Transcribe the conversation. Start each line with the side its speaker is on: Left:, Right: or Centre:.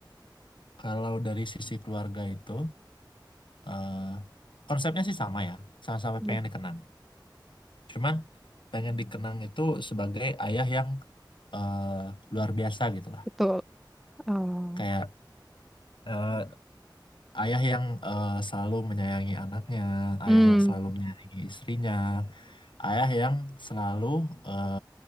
Left: kalau dari sisi keluarga itu eh, konsepnya sih sama ya sama-sama
Centre: Iya.
Left: pengen dikenang cuman pengen dikenang itu sebagai ayah yang eh, luar biasa gitu lah
Centre: Betul. Oh.
Left: kayak eh, Ayah yang eh, selalu menyayangi anaknya,
Centre: Hmm.
Left: ayah yang selalu menyayangi istrinya, ayah yang selalu eh,